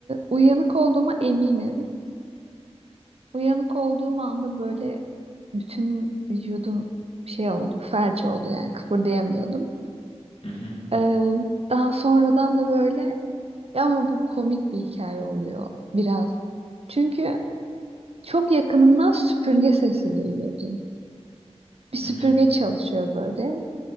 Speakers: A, on the right (about 60°); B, on the left (about 60°).
A: uyanık olduğuma eminim. Uyanık olduğum anda böyle bütün vücudum şey oldu, felç oldu yani kıpırdayamıyordum.
B: Hı hı,
A: E, daha sonradan da böyle ya ama bu komik bir hikaye oluyor biraz. Çünkü çok yakınımdan süpürge sesi duyuyordum. Bir süpürge
B: hı hı.
A: çalışıyor böyle.